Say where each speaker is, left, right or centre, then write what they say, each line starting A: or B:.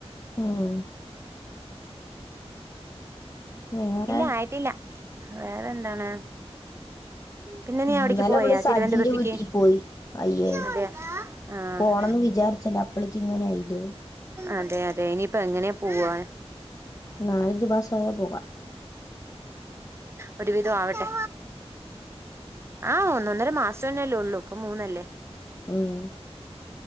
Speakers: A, on the left; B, on the right.
A: ഉം വേറെ
B: ഇല്ല ആയിട്ടില്ല വേറെ എന്താണ് പിന്നെ നീ
A: ഉ
B: അവിടേക്ക്
A: ഇന്നലെ
B: പോയാ
A: അവള് സജിന്റെ
B: തിരുവനന്തപുരത്തേക്ക്
A: വീട്ടിൽ പോയി അയ്യേ
B: അതെ ആഹ്
A: പോണന്ന് വിചാരിച്ചല്ല അപ്പളേക്ക് ഇങ്ങനെയില്ലേ
B: അതെ അതെ ഇനിയിപ്പോ എങ്ങനെയ പോവാൻ
A: നാലഞ്ചു മാസായ പോ..
B: ഒരുവിധം ആവട്ടെ ആഹ് ഒന്നൊന്നര മാസം തന്നെയല്ലേ ഉള്ളൂ ഇപ്പൊ മൂന്നല്ലേ
A: ഉം